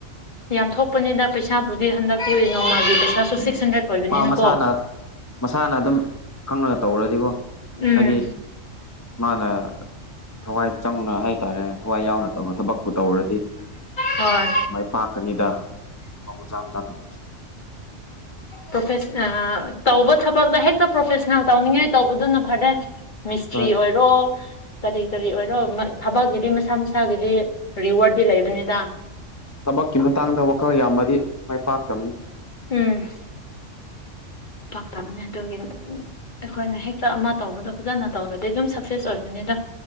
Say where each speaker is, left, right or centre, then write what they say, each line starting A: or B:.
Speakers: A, on the left; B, on the left.
A: ꯌꯥꯝ ꯊꯣꯛꯄꯅꯤꯗ ꯄꯩꯁꯥꯕꯨꯗꯤ ꯍꯟꯗꯛꯇꯤ ꯃꯒꯤ ꯄꯩꯁꯥꯁꯨ
B: ꯎꯝ
A: ꯁꯤꯛꯁ ꯍꯟꯗ꯭ꯔꯦꯠ ꯑꯣꯏꯕꯅꯤꯅꯀꯣ
B: ꯃꯥ ꯃꯁꯥꯅ ꯃꯁꯥꯅ ꯑꯗꯨꯝ ꯈꯪꯅꯒ ꯇꯧꯔꯗꯤꯀꯣ
A: ꯎꯝ
B: ꯍꯥꯏꯗꯤ ꯃꯥꯅ ꯊꯋꯥꯏ ꯆꯪꯅ ꯍꯥꯏ ꯇꯔꯦꯅ ꯊꯋꯥꯏ ꯌꯥꯎꯅ ꯇꯧꯔꯦ ꯊꯕꯛꯄꯨ ꯇꯧꯔꯗꯤ
A: ꯍꯣꯏ
B: ꯃꯥꯏ ꯄꯥꯛꯀꯅꯤꯗ ꯍꯥꯎ ꯃꯖꯥ ꯃꯇꯜ ꯑꯃ ꯆꯗ <unintelligible>
A: ꯄ꯭ꯔꯣꯐꯁ ꯑ ꯇꯧꯕ ꯊꯕꯛꯇ ꯍꯦꯛꯇ ꯄ꯭ꯔꯣꯐꯦꯁꯅꯦꯜ ꯇꯧꯅꯤꯡꯉꯥꯏ ꯇꯧꯕꯗꯨꯅ ꯐꯔꯦ ꯃꯤꯁꯇ꯭ꯔꯤ
B: ꯍꯣꯏ
A: ꯑꯣꯏꯔꯣ ꯀꯔꯤ ꯀꯔꯤ ꯑꯣꯏꯔꯣ ꯊꯕꯛꯀꯤꯗꯤ ꯃꯁꯥ ꯃꯁꯥꯒꯤꯗꯤ ꯔꯤꯋꯥꯔꯗꯤ ꯂꯩꯕꯅꯤꯗ
B: ꯊꯕꯛꯀꯤ ꯃꯇꯥꯡꯗ ꯋꯥꯈꯜ ꯌꯥꯝꯕꯗꯤ ꯃꯥꯏ ꯄꯥꯛꯇꯕꯅꯤ
A: ꯎꯝ ꯄꯛꯇꯕꯅꯦ ꯑꯗꯨꯒꯤ ꯑꯩꯈꯣꯏꯅ ꯍꯦꯛꯇ ꯑꯃ ꯇꯧꯕꯗꯣ ꯐꯖꯅ ꯇꯧꯔꯗꯤ ꯑꯗꯨꯝ ꯁꯛꯁꯦꯁ ꯑꯣꯏꯕꯅꯤꯗ